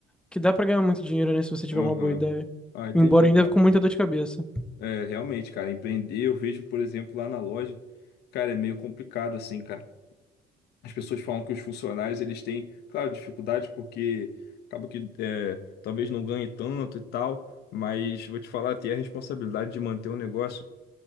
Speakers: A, in the centre; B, on the left.
A: que dá pra ganhar muito dinheiro, né? Se você tiver
B: Aham.
A: uma boa ideia.
B: Ah, entendi,
A: Embora ainda
B: cara.
A: com muita dor de cabeça.
B: É, realmente, cara, empreender, eu vejo, por exemplo, lá na loja, cara, é meio complicado, assim, cara. As pessoas falam que os funcionários, eles têm, claro, dificuldade porque acaba que é, talvez não ganhe tanto e tal, mas vou te falar, ter a responsabilidade de manter o negócio,